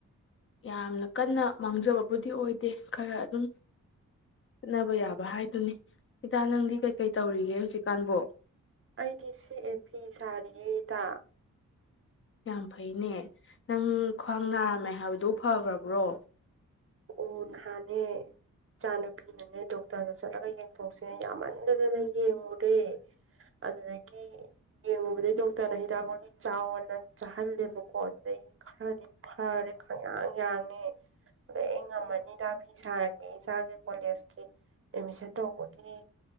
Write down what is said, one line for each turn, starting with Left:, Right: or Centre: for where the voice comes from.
Left: ꯌꯥꯝꯅ ꯀꯟꯅ ꯃꯥꯡꯖꯕꯕꯨꯗꯤ ꯑꯣꯏꯗꯦ ꯈꯔ ꯑꯗꯨꯝ ꯆꯠꯅꯕ ꯌꯥꯕ ꯍꯥꯏꯗꯨꯅꯤ ꯏꯇꯥ ꯅꯪꯗꯤ ꯀꯩꯀꯩ ꯇꯧꯔꯤꯒꯦ ꯍꯧꯖꯤꯛꯀꯥꯟꯕꯣ
Right: ꯑꯩꯗꯤ ꯁꯦ ꯑꯦ ꯐꯤ ꯁꯥꯔꯤꯌꯦ ꯏꯇꯥ
Left: ꯌꯥꯝ ꯐꯩꯅꯦ ꯅꯪ ꯈ꯭ꯋꯥꯡ ꯅꯥꯔꯝꯃꯦ ꯍꯥꯏꯕꯗꯨꯕꯣ ꯐꯈ꯭ꯔꯕ꯭ꯔꯣ
Right: ꯎ ꯅꯍꯥꯟꯅꯦ ꯏꯆꯥ ꯅꯨꯨꯄꯤꯅꯅꯦ ꯗꯣꯛꯇꯔꯗ ꯆꯠꯂꯒ ꯌꯦꯡꯊꯣꯛꯁꯦꯅ ꯌꯥꯝꯃꯟꯗꯗꯅ ꯌꯦꯡꯉꯨꯔꯦ ꯑꯗꯨꯗꯒꯤ ꯌꯦꯡꯉꯨꯕꯗꯒꯤ ꯗꯣꯛꯇꯔꯅ ꯍꯤꯗꯥꯛ ꯃꯅꯤꯡ ꯆꯥꯎꯑꯣꯅ ꯆꯥꯍꯜꯂꯦꯕꯀꯣ ꯑꯗꯨꯗꯩ ꯈꯔꯗꯤ ꯐꯔꯦ ꯈꯌꯥꯥꯡ ꯌꯥꯡꯉꯦ ꯑꯩ ꯉꯝꯃꯅꯤꯗ ꯐꯤ ꯁꯥꯔꯒꯦ ꯏꯆꯥꯒꯤ ꯀꯣꯂꯦꯖꯀꯤ ꯑꯦꯠꯃꯤꯁꯟ ꯇꯧꯕꯒꯤ